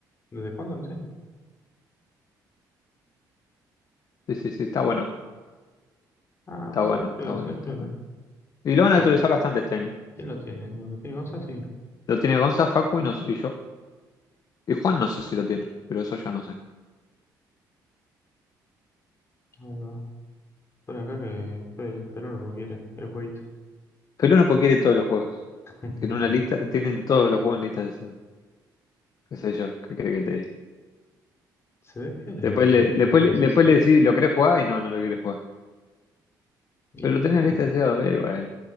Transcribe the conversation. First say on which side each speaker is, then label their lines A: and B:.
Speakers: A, on the left; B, on the left.
A: ¿Desde cuándo? No sé.
B: Sí, sí, sí, está bueno,
A: Ah,
B: está
A: soy
B: bueno,
A: piola,
B: está bueno,
A: soy
B: está
A: piola.
B: bueno. Y lo
A: Mira,
B: van a actualizar bastante este año.
A: ¿Quién lo tiene? ¿Lo tiene Gonza? Sí.
B: Lo tiene Gonza, Facu y, nos- y yo. Y Juan no sé si lo tiene, pero eso ya no sé.
A: Ahí va. Pon acá que Fe- Feru lo quiere, el jueguito.
B: Pero uno porque quiere todos los juegos.
A: <laughs>
B: Tiene una lista, tienen todos los juegos en lista de deseados. Qué sé yo, qué cree que te diga.
A: Se ve piola
B: Después
A: igual
B: le,
A: este,
B: después,
A: eh, el NSS.
B: le- después le decís, ¿lo querés jugar? Y no, no lo querés jugar.
A: Y
B: Pero
A: podríamos,
B: lo tenés en lista de deseados, eh, bueno.